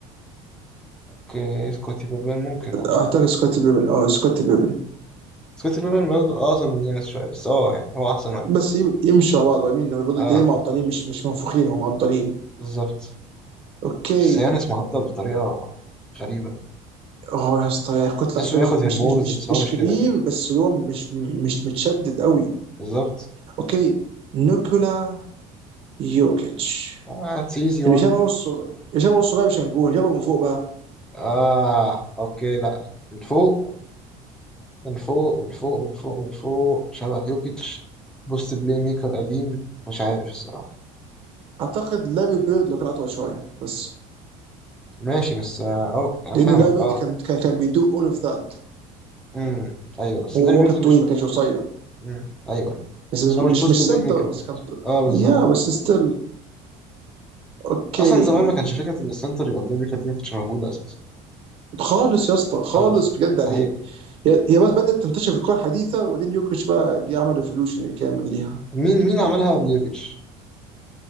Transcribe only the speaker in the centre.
اوكي سكوتي بابان ممكن والله
سكوتي بابان برضه اقصر من يانس شويه بس اه يعني هو احسن واحد
اه
بالظبط
بس يانس معضل بطريقه غريبه
يعني
تحسه
بياخد
هرمونز
بس
هو مش
كده يعني
بالظبط
اه اتس ايزي وان
اه اوكي لا من فوق من فوق من فوق من فوق من فوق شبه يوكيتش بوست بلاي ميكر قديم مش عارف الصراحه
ماشي بس اه أوك- انا
فاهمك
اه
امم ايوه بس
لاري بيرد
مش
مم. ايوه
بس هو مش
بوست
بلاي
ميكر
برضه
اه بالظبط
اصلا زمان ما كانش فكره ان السنتر يبقى بلاي ميكر دي ما كانتش موجوده اساسا
خالص
مستحيل
مين مين عملها قبل يوكيتش